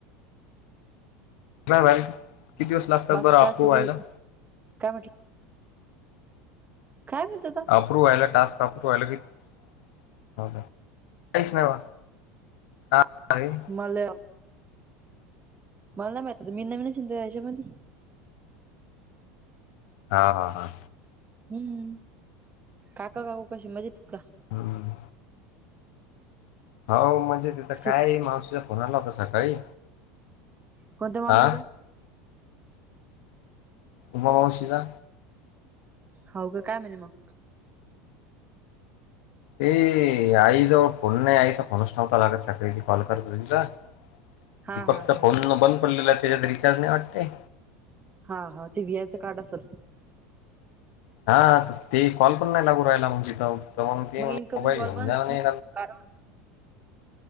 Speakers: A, on the left; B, on the right.
A: मॅम किती किती दिवस लागतात
B: बाकी
A: अप्रुव्ह
B: काय सुरू
A: व्हायला.
B: आहे काय म्हटलं. काय <unintelligible>
A: अप्रूव्ह व्हायला टास्क अप्रूव्ह व्हायला क काच नाहीवा का?
B: मल मला मता महिना महिन शिंद रायच्या मली
A: नाहा हा हा.
B: हममम काका काकू कशे मजेत का
A: हम्म. हो म्हणजे तिथ
B: सु
A: काय मावशीचा फोन आला होता सकाळी.
B: कोणत्या मावशीचा
A: आ उमा मवशीचा
B: हो का काय म्हणे मग.
A: ए आईजवळ फोन नाही आईचा फोनच लागत नव्हता सकाळी ती कॉल करत होती तिला
B: हा
A: दीपकचा
B: हा हा
A: फोन बंद पडलेला त्याच्यात रिचार्ज नाही वाटते.
B: हा हा ते व्ही आयचं कार्ड असल.
A: हा ते कॉल पण नाही लागू राहिला मग तिथं मग ते म्हणे
B: इन्कमिंग
A: मोबाईल
B: कॉल
A: घेऊन
B: बंद
A: जा म्हणे
B: झाला ना